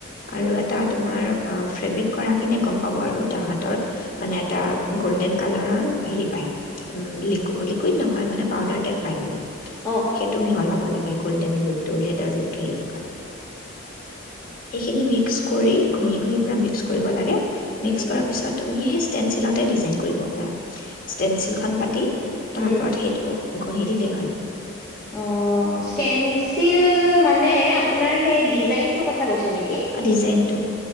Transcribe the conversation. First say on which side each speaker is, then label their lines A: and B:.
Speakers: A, on the left (about 40°); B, in the centre.
A: আৰু
B: অ অ
A: এটা, তোমাৰ আ, ফেব্ৰিক কৰাখিনিয়ে গম পাব। আৰু তাহঁতৰ, মানে, এটা গ'ল্ডেন কালাৰৰ হেৰি পায়। লি, লিকুইড নহয়, মানে, পাউদাৰ টাইপ পায়
B: অ অ অ
A: সেইটো মিহলাব লাগে গ'ল্ডেন লুকটো, লেডাৰ লুকটো আহিব সেইখিনি মিক্স কৰি ঘঁহি ঘঁহি পূৰা মিক্স কৰিব লাগে।
B: উম
A: মিক্স
B: উম
A: কৰাৰ পিছত তুমিহে ষ্টেঞ্চিলতে ডিজাইন কৰিব পাৰা। ষ্টেনঞ্চিলখন
B: উম
A: পাতি তাৰ
B: উম
A: ওপৰত সেইটো ঘঁহি দিলে
B: অ' ষ্টেনঞ্চিল মানে আপোনাৰ সেই ডিজাইনটোৰ কথা কৈছে নেকি
A: ডিজাইনটো